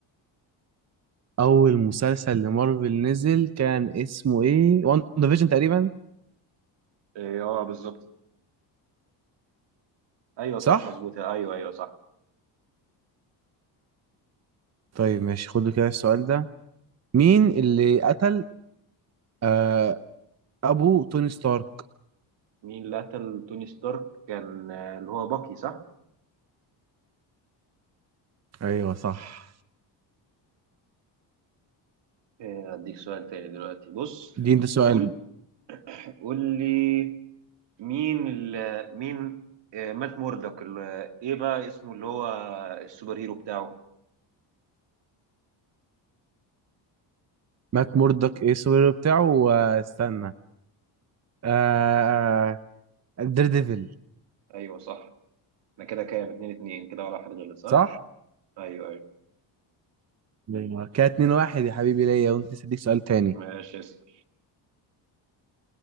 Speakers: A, on the right; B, on the right.
A: اول مسلسل لمارفل نزل كان اسمه ايه وان ديفيجن تقريبا
B: ايه اه بالظبط ايوه صح
A: صح
B: مظبوط ايوه ايوه صح
A: طيب ماشي خدوا كده السؤال ده مين اللي قتل آه ابو توني ستارك
B: مين اللي قتل توني ستارك كان آه، اللي هو باكي صح
A: ايوه صح
B: إيه، اديك سؤال تاني دلوقتي بص
A: دي انت سؤال
B: قول
A: بقى.
B: قول لي مين ال مين آه، مات موردك ال- ايه بقى اسمه اللي هو السوبر هيرو بتاعه
A: مات موردك ايه السوبر هيرو بتاعه واستنى آه دير ديفل
B: ايوه صح انا كده كام اتنين اتنين كده ولا واحد غلط صح
A: صح
B: ايوه ايوه
A: نيمار كده 2-1 يا حبيبي ليا وانت لسه اديك سؤال تاني
B: ماشي اسأل